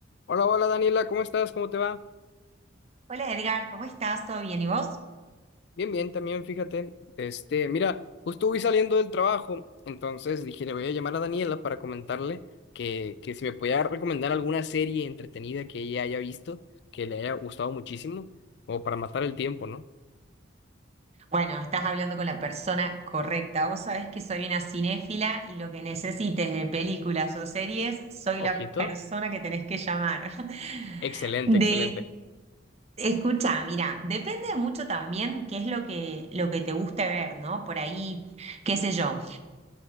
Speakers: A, on the left (about 60°); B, on the right (about 35°).
A: Hola, hola Daniela, ¿cómo estás? ¿Cómo te va?
B: Hola Edgar, ¿cómo estás? ¿Todo bien? ¿Y vos?
A: Bien, bien, también fíjate. Este, mira, justo voy saliendo del trabajo, entonces dije, le voy a llamar a Daniela para comentarle que, que si me podía recomendar alguna serie entretenida que ella haya visto, que le haya gustado muchísimo, o para matar el tiempo, ¿no?
B: Bueno, estás hablando con la persona correcta. Vos sabés que soy una cinéfila y lo que necesites de películas o series, soy
A: Ojito.
B: la persona que tenés que llamar. <laughs>
A: Excelente,
B: De,
A: excelente.
B: escucha, mira, depende mucho también qué es lo que, lo que te guste ver, ¿no? Por ahí, qué sé yo.